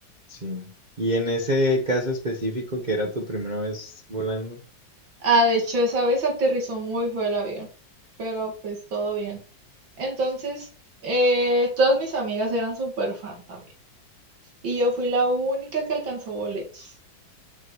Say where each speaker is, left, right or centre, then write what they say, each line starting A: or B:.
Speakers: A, on the right (about 40°); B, on the right (about 80°).
A: sí. Y en ese caso específico que era tu primera vez volando,
B: Ah, de hecho, esa vez aterrizó muy feo el avión, pero pues todo bien. Entonces, eh, todas mis amigas eran súper fan también. Y yo fui la única que alcanzó boletos.